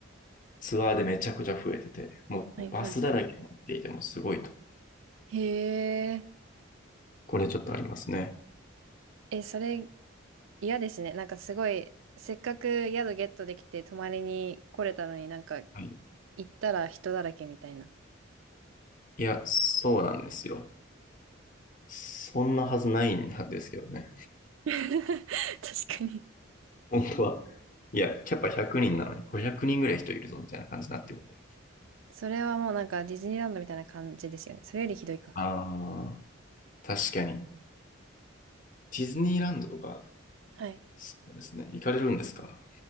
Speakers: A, on the left; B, on the right.
A: ツアーでめちゃくちゃ増えてて、もうバスだらけになっていてもすごいと。
B: はい。はい。へえ。
A: これちょっとありますね。
B: え、それ嫌ですね。なんかすごい、せっかく宿ゲットできて泊まりに来れたのになんか
A: はい。
B: 行ったら人だらけみたいな。
A: いや、そうなんですよ。そんなはずないんですけどね。
B: <laughs> 確かに。
A: 本当は。いや、キャパ100人なのに500人ぐらい人いるぞみたいな感じになってるんで。
B: それはもうなんかディズニーランドみたいな感じですよね。それよりひどいか。
A: ああ、確かに。ディズニーランドとか、
B: はい。
A: そうですね。行かれるんですか